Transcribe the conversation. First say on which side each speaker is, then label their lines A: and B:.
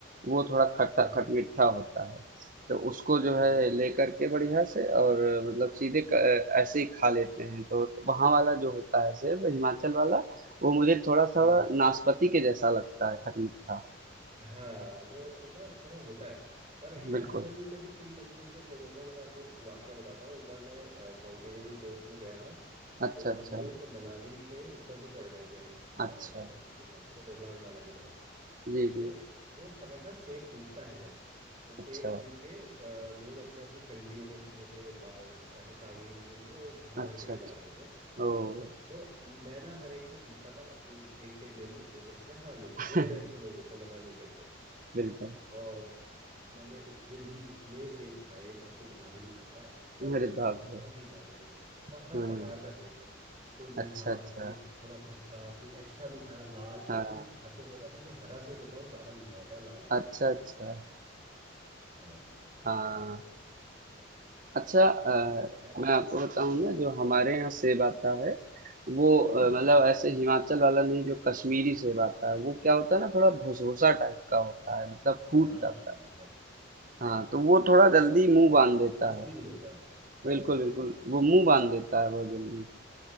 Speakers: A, on the right; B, on the right.
A: वो थोड़ा खट्टा
B: हाँ हाँ
A: खटमिठा
B: हाँ,
A: होता है तो उसको जो है
B: ओके
A: लेकर के बढ़िया से और अ, मतलब सीधे क- अ, ऐसे ही खा लेते हैं तो वहाँ वाला जो होता है सेब हिमाचल वाला वो मुझे थोड़ा थोड़ा
B: हम्म।
A: नाशपाती के जैसा लगता है खटमिठा
B: हाँ वो ना थोड़ा होता है पर हिमाचल
A: बिल्कुल
B: में भी कई तरीके के सेब होते हैं मैं आपको एक वाक्य बताता हूँ एक बार मैं माउंटेनियरिंग कोर्स में गया था
A: अच्छा
B: तो
A: अच्छा
B: हम लोग मनाली से ऊपर को चढ़ रहे थे अ,
A: अच्छा,
B: इधर सोलांग नाला की तरफ
A: जी,
B: तो
A: जी।
B: वो समय था सेब टूटता है जब तो सेब
A: अच्छा,
B: टूट के अ, लोग अपने अपनी कंडियों में पीछे से बा- ऐसे टांगी हुई थी उन्होंने वो भर भर
A: अच्छा,
B: के ले
A: अच्छा।
B: जा रहे थे
A: ओह!
B: तो मैं ना हर एक से पूछता था कि एक सेब ले लूं वो कहते थे हाँ ले लो
A: <laughs>
B: वो बड़े अच्छे लोग होते मना नहीं करते
A: बिल्कुल।
B: और मैंने उस दिन भी इतने सेब खाए मैं आपको बता भी नहीं सकता मतलब
A: अरे बाप
B: बहुत
A: रे!
B: ही सारे सेब और
A: हाँ।
B: हर प्रकार का सेब कोई मीठा
A: अच्छा, अच्छा।
B: कोई थोड़ा खट्टा कोई एक्स्ट्रा मीठा लाल
A: हाँ।
B: आपको एक खासियत बताता हूँ जो हरा सेब होता है वो ज्यादा मीठा होता है लाल से
A: अच्छा, अच्छा।
B: हाँ
A: हाँ। अच्छा अ,
B: तो यार
A: मैं आपको बताऊँ
B: हाँ
A: ना जो हमारे यहाँ सेब आता है वो अ, मतलब
B: हम्म,
A: ऐसे हिमाचल वाला नहीं जो कश्मीरी सेब आता है वो क्या होता है ना थोड़ा भुसभुसा टाइप का होता है मतलब फूट
B: हाँ
A: जाता है।
B: राइट
A: हाँ, तो वो थोड़ा
B: उसमें
A: जल्दी मुँह
B: उसमें
A: बाँध देता
B: रस
A: है।
B: भी नहीं होता हाँ
A: बिल्कुल, बिल्कुल। वो मुँह बाँध देता है बहुत जल्दी।